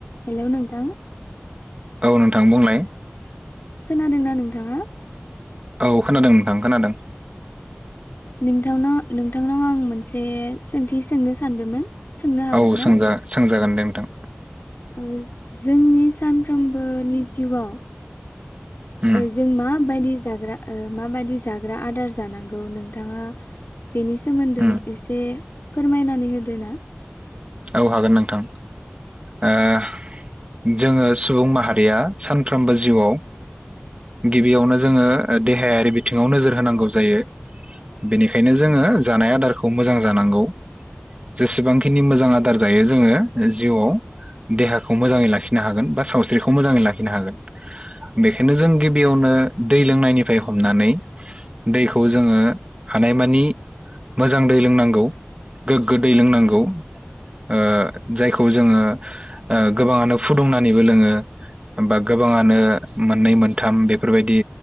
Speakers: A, on the left; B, on the right.
A: Hello नोंथां
B: औ नोंथां बुंलाय?
A: खोनादोंना नोंथाङा?
B: औ खोनादों नोंथां खोनादों।
A: नोंथांनाव नोंथांनाव आं मोनसे सोंथि सोंनो सानदोंमोन? सोंनो हागोन
B: औ
A: ना?
B: सोंजा सों जागोन दे नोंथां।
A: ओ जोंनि सानफ्रोमबोनि जिउआव
B: उम
A: जों माबायदि जाग्रा ओ माबायदि जाग्रा आदार जानांगौ नोंथाङा बेनि सोमोन्दै
B: उम
A: एसे फोरमायनानै होदो ना?
B: औ हागोन नोंथां ओ जोङो सुबुं माहारिया सानफ्रोमबो जिउआव गिबियावनो जोङो देहायारि बिथिङाव नोजोर होनांगौ जायो बेनिखायनो जोङो जानाय आदारखौ मोजां जानांगौ। जेसेबांखिनि मोजां आ दार जायो जोङो जिउआव देहाखौ मोजाङै लाखिनो हागोन बा सावस्रिखौ मोजाङै लाखिनो हागोन बेखायनो जों गिबियावनो दै लोंनायनिफ्राय हमनानै दैखौ जोङो हानायमानि मोजां दै लोंनांगौ गोग्गो दै लोंनांगौ। ओ जायखौ जोङो ओ गोबाङानो फुदुंनानैबो लोङो बा गोबाङानो मोननै मोनथाम बेफोरबायदि